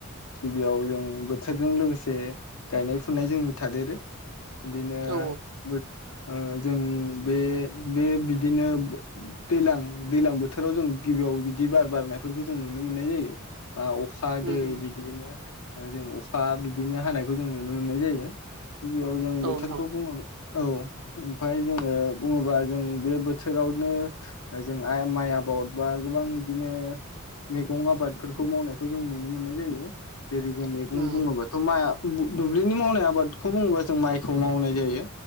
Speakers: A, on the left; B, on the right.
A: गिबियाव जों बोथोरजों लोगोसे गायनाय फुनाय जोंनि थादेरो। बिदिनो
B: औ
A: बो ओ जों बे बे बिदिनो दैलां दैलां बोथोराव जों गिबियाव औ बिदि बार बारनायफोरखौ जों नुनो मोननाय जायो। बा अखा
B: उम
A: दै
B: उम
A: बिदिनो जों अखा बिदिनो हानायखौ जों नुनो मोननाय जायो। गिबियाव जों बोथोरखौ
B: औ नोंथां
A: बुङोब्ला औ। ओमफाय जोङो बुङोबा जों बे बोथोरावनो जों आइ माइ आबाउद बा गोबां बिदिनो मैगं आबादफोरखौ मावनायखौ जों नुनो मोननाय जायो। जेरै जों मैगं
B: उम
A: बुङोबाथ' माया उ दुब्लिनि मावनाय आबादखौ बुङोबा जों माइखौ मावनाय जायो।